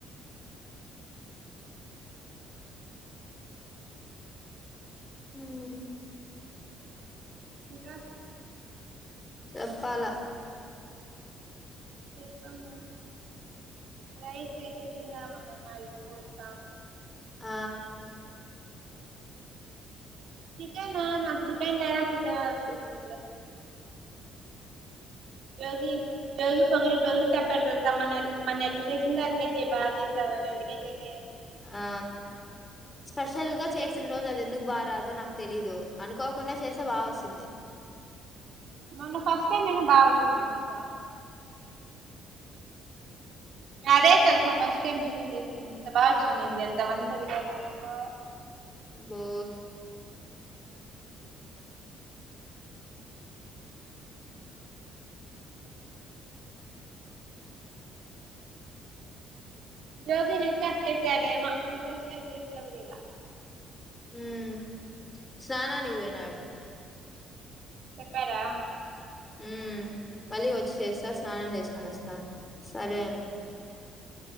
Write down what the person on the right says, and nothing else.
ఇంకా
చెప్పు రైస్ అయితే తిందామనినున్నది ఉడుకుతాంది.
చికెన నాకు చికెన్ లేనప్పుడు తినాలి అనిపిస్తది యోగి యోగి పొగిడి పొగిడి చెప్పారు తెలుసా మొన్నగ్ మొన్న ఎట్లా చేసిందో అట్లే చేయ్ బాగా చేసావు అని అందుకే నే
ఎగ్
మొన్న ఫస్ట్ టైమ్ అయినా బాగా వచ్చింది మోనికా ఇంగ అదే తెలుసా ఫస్ట్ టైమ్ చికేన్ చేసింది, ఎంత బాగా వచ్చింది ఎంత మంది పొగడారో అబ్బా.
యోగినైతే <unintelligible>
చెప్పారా